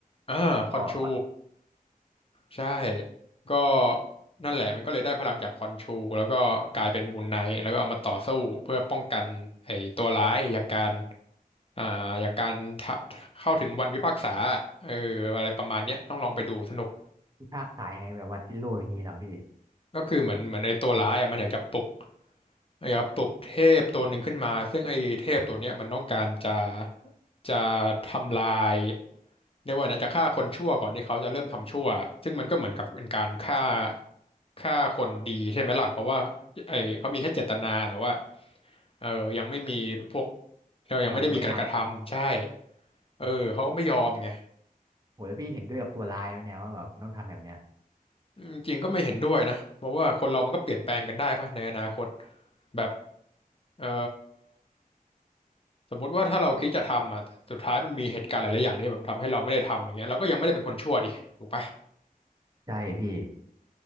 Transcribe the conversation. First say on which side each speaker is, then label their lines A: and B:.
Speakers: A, on the left; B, on the right.
A: อ่าคอนชู
B: อ๋อขอ
A: ใช่ก็นั่นแหละมันก็เลยได้พลังจากคอนชูแล้วก็กลายเป็นบูนไนท์แล้วก็เอามาต่อสู้เพื่อป้องกันไอ้ตัวร้ายจากการอ่าจากการทะเข้าถึงวันพิพากษาเอออะไรประมาณเนี้ยต้องลองไปดูสนุก
B: ที่ภาคสายไงแบบวันที่โลกอย่างงี้เหรอพี่
A: ก็คือเหมือนเหมือนไอ้ตัวร้ายอ่ะมันอยากจะปลุกอยากจะปลุกเทพตัวหนึ่งขึ้นมาซึ่งไอ้เทพตัวเนี้ยมันต้องการจะจะทำลายเรียกว่านะจะฆ่าคนชั่วก่อนที่เขาจะเริ่มทำชั่วซึ่งมันก็เหมือนกับเป็นการฆ่าฆ่าคนดีใช่ไหมล่ะเพราะว่าไอ้เขามีแค่เจตนาแต่ว่าเออยังไม่มีพวกเรียกว่ายังไม่ได้มีการกระทำใช่
B: อ๋อยังไม่ทำ
A: เออเขาก็ไม่ยอมไง
B: โอ้แล้วพี่เห็นด้วยกับตัวร้ายไหมเนี่ยว่าแบบมันต้องทำแบบเนี้ย
A: อืมจริงก็ไม่เห็นด้วยนะเพราะว่าคนเรามันก็เปลี่ยนแปลงกันได้ปะในอนาคตแบบเอ่อสมมุติว่าถ้าเราคิดจะทำอ่ะแต่สุดท้ายมันมีเหตุการณ์หลายๆอย่างที่แบบทำให้เราไม่ได้ทำอย่างเงี้ยเราก็ยังไม่ได้เป็นคนชั่วดิถูกปะ
B: ใช่พี่